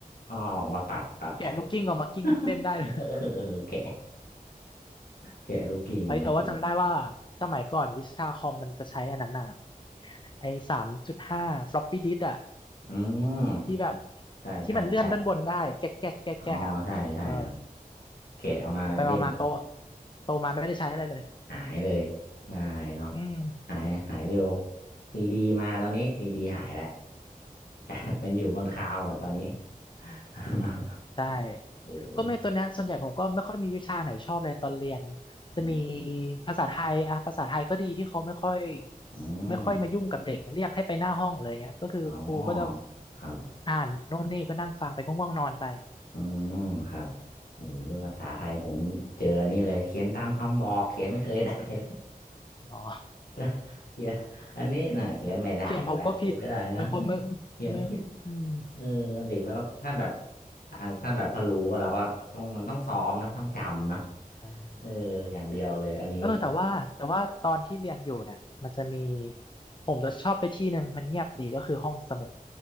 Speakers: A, on the left (about 85°); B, on the left (about 30°).
A: อ๋อออกมาปัดปัด
B: แกะลูกกิ้งออกมากิ้งเล่นได้เลย
A: <laughs> เออแกะแกะลูกกิ้งออกมากิน
B: เฮ้ยแต่ว่าจำได้ว่าสมัยก่อนวิชาคอมมันจะใช้อันนั้นน่ะไอ้สามจุดห้าฟลอปปี้ดิสอะ
A: อืม
B: ที่แบบ
A: ใช่ใช่ใช่
B: ที่มันเลื่อนด้านบนได้แก๊กแก๊กแก๊กแก๊กอะเออ
A: อ๋อใช่ใช่ครับ แกะเอามาเล่น
B: ไปไปมามาโตโตมาไม่ได้ใช้อะไรเลย
A: หายเลยหายเนาะ
B: อืม
A: หายหายเร็ว ซีดีมาตอนนี้ซีดีหายแหละกลายเป็นอยู่บนคลาวด์หมดตอนนี้ <laughs>
B: ใช่
A: เออ
B: ก็เมนตัวเนี้ยส่วนใหญ่ผมก็ไม่ค่อยมีวิชาไหนชอบเลยตอนเรียน
A: อืม
B: จะมีภาษาไทยอะภาษาไทยก็ดีที่เขาไม่ค่อย
A: อ
B: ไม่ค่อยมายุ่งกับเด็กเรียกให้ไปหน้าห้องเลยเงี้ยก็คือครูก็จะ
A: มอ๋อครับ
B: อ่านโน่นนี่ก็นั่งฟังไปก็ง่วงนอนไป
A: อ๋อครับเออภาษาไทยผมเจอนี่เลยเขียนตามคำบอกเขียนไม่เคยได้เลย
B: อ๋อ
A: <laughs> เขียนอันนี้น่ะเขียนไม่ได้อีกแล้วเขียนไม่ได้นะ้วเขียนผิด
B: เขียนผมก็ผิดเป็นคนไม่ไม่อืม
A: เออเด็กแล้วก็ถ้าแบบอ่าถ้าแบบถ้ารู้ก็เราก็ต้องมันต้องซ้อมนะต้องจำนะ
B: อ่า
A: เอออย่างเดียวเลยอันนี้
B: เออแต่ว่าแต่ว่าตอนที่เรียนอยู่เนี่ยมันจะมีผมจะชอบไปที่หนึ่งมันเงียบดีก็คือห้องสมุด